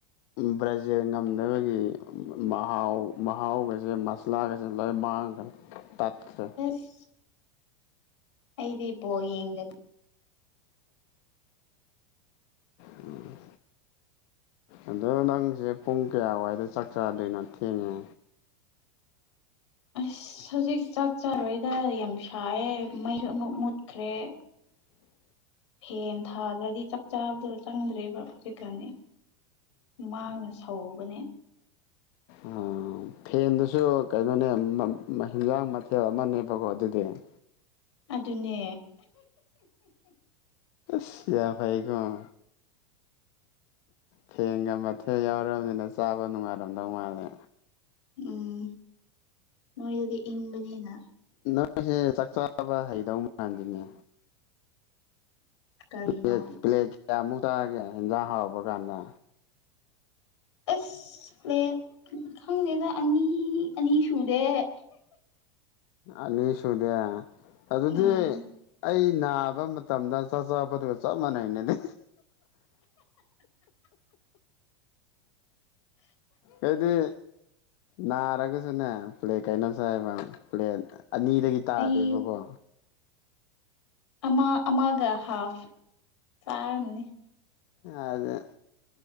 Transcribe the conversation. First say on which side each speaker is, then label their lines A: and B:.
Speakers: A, on the left; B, on the left.
A: ꯕ꯭ꯔꯖ ꯉꯝꯗꯕꯒꯤ ꯃꯍꯥꯎ ꯃꯍꯥꯎꯒꯁꯦ ꯃꯁꯂꯥꯒꯁꯦ ꯂꫭꯏ ꯃꯥꯡꯈ꯭ꯔꯦ ꯇꯠꯈ꯭ꯔꯦ
B: ꯑꯁ ꯑꯩꯗꯤ ꯕꯣꯜ ꯌꯦꯡꯗ
A: ꯎꯝ ꯑꯗꯣ ꯅꯪꯁꯦ ꯄꯨꯡ ꯀꯌꯥ ꯋꯥꯏꯗ ꯆꯥꯛ ꯆꯗꯣꯏꯅꯣ ꯊꯦꯡꯉꯦ
B: ꯑꯁ ꯍꯧꯖꯤꯛ ꯆꯥꯛ ꯆꯥꯔꯣꯏꯗ ꯌꯥꯝ ꯁꯥꯏꯌꯦ ꯃꯩꯁꯨ ꯑꯃꯨꯛ ꯃꯨꯠꯈ꯭ꯔꯦ
A: <inaudible>
B: ꯐꯦꯟ ꯊꯥꯗ꯭ꯔꯗꯤ ꯆꯥꯛ ꯆꯥꯕꯗꯨ ꯆꯪꯗ꯭ꯔꯦꯕ ꯍꯧꯖꯤꯛꯀꯥꯟꯗꯤ ꯍꯩꯃꯥꯥꯡꯅ ꯁꯧꯕꯅꯦ
A: ꯑ ꯐꯦꯟꯗꯨꯁꯨ ꯀꯩꯅꯣꯅꯦ ꯃꯃ ꯍꯤꯟꯖꯥꯡ ꯃꯊꯦꯜ ꯑꯃꯅꯦꯕꯀꯣ ꯑꯗꯨꯗꯤ <inaudible>
B: ꯑꯗꯨꯅꯦ
A: ꯁꯤ ꯌꯥꯝ ꯐꯩꯀꫭ ꯐꯦꯟꯒ ꯃꯊꯦꯜ ꯌꯥꯎꯔꯕꯅꯤꯅ ꯆꯥꯕ ꯅꯨꯡꯉꯥꯏꯔꯝꯗꯧ ꯃꯥꯜꯂꯦ
B: ꯎꯝ ꯅꯣꯏꯗꯗꯤ ꯏꯪꯕꯅꯤꯅ
A: ꯑꯩꯣꯏꯁꯦ ꯆꯥꯛ ꯆꯥꯕ ꯍꯩꯗꯧ ꯃꯥꯟꯗꯅꯦ
B: ꯀꯔꯤꯅꯣ
A: ꯄ꯭ꯂ ꯄ꯭ꯂꯦ ꯀꯃꯨ ꯆꯇꯥꯦ ꯍꯟꯖꯥꯡ ꯍꯥꯎꯄ ꯀꯥꯟꯗ
B: ꯑꯁ ꯄ꯭ꯂ ꯈꯪꯗꯦꯗ ꯑꯅꯤ ꯑꯅꯤ ꯁꯨꯔꯦ
A: ꯑꯅꯤ ꯁꯨꯗꯦ ꯑꯗꯨꯗꯤ
B: ꯎꯝ
A: ꯑꯩ ꯅꯥꯕ ꯃꯇꯝꯗ ꯆꯥꯛ ꯆꯕꯗꯨꯒ ꯆꯞ ꯃꯥꯟꯅꯅꯅꯤ ꯑꯩꯩꯗꯤ ꯅꯥꯔꯒꯁꯨꯅꯦ ꯄ꯭ꯂꯦꯛ ꯀꯩꯅꯣꯁ ꯍꯥꯏꯕ ꯄ꯭ꯂꯦꯟ ꯑꯅꯤꯗꯒꯤ ꯇꯥꯗꯦꯕꯀꯣ
B: ꯑꯩ ꯑꯃ ꯑꯃꯒ ꯍꯥꯐ ꯆꯥꯔꯝꯅꯤ
A: ꯍꯥꯏꯗ